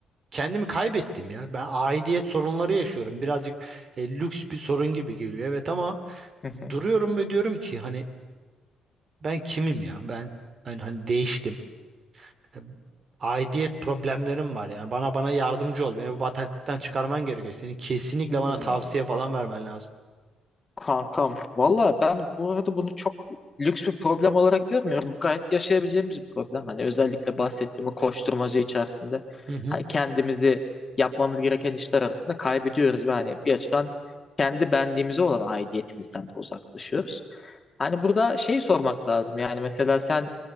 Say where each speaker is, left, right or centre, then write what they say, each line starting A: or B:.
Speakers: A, on the right; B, on the left.
A: kendimi kaybettim ya. Ben aidiyet sorunları yaşıyorum. Birazcık e, lüks bir sorun gibi geliyor. Evet ama
B: <laughs>
A: duruyorum ve diyorum ki hani ben kimim ya? Ben ben hani değiştim. E, Aidiyet problemlerim var yani. Bana bana yardımcı ol. Beni bu bataklıktan çıkarman gerekiyor. Seni kesinlikle
B: Hmm,
A: bana tavsiye falan vermen lazım.
B: kankam. Valla ben bu arada bunu çok lüks bir problem olarak görmüyorum. Gayet yaşayabileceğimiz bir problem. Hani özellikle bahsettiğim o koşturmacı içerisinde.
A: Hı hı.
B: Hani kendimizi yapmamız gereken işler arasında kaybediyoruz. Yani bir açıdan kendi benliğimize olan aidiyetimizden de uzaklaşıyoruz. Hani burada şey sormak lazım. Yani mesela sen